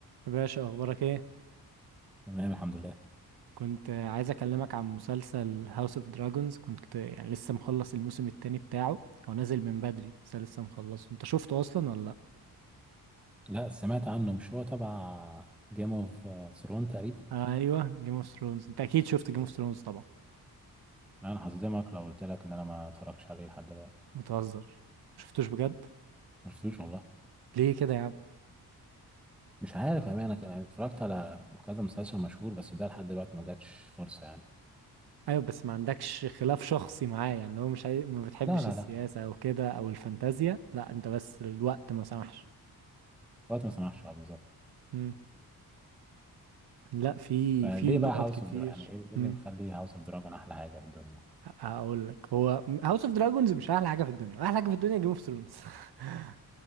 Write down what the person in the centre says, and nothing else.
تمام الحمد لله
لا سمعت عنه مش هو تبع جيم اوف ثرون تقريبا
انا هصدمك لو قلت لك ان انا ما اتفرجتش عليه لحد دلوقتي
ما شفتوش والله
مش عارف امانه كان- يعني اتفرجت على كذا مسلسل مشهور بس ده لحد دلوقتي ما جاتش فرصه يعني
لا لا
لا
الوقت ما سمحش اه بالظبط
فليه
بقى هاوس
اوف دراجون يعني ايه إيه
اللي مخلي هاوس اوف دراجون احلى حاجه في الدنيا